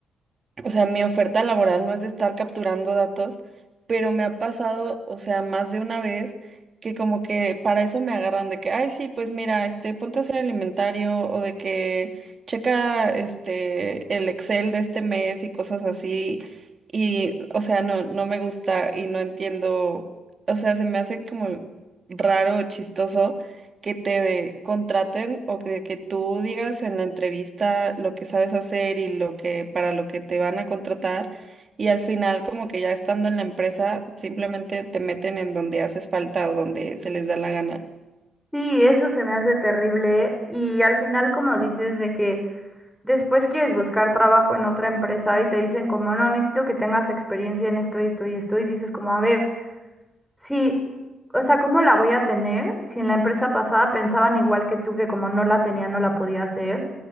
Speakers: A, on the right; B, in the centre.
A: o sea, mi oferta laboral no es de estar capturando datos, pero me ha pasado, o sea, más de una vez que como que para eso me agarran de que, ay, sí, pues mira, este, ponte a hacer el inventario o de que checa este el Excel de este mes y cosas así. Y, o sea, no, no me gusta y no entiendo, o sea, se me hace como raro, chistoso que te contraten o que, que tú digas en la entrevista lo que sabes hacer y lo que para lo que te van a contratar y al final como que ya estando en la empresa simplemente te meten en donde haces falta o donde se les da la gana.
B: Sí, eso se me hace terrible y al final como dices de que después quieres buscar trabajo en otra empresa y te dicen como no, necesito que tengas experiencia en esto y esto y esto y dices como a ver. Sí, o sea, ¿cómo la voy a tener si en la empresa pasada pensaban igual que tú que como no la tenía no la podía hacer?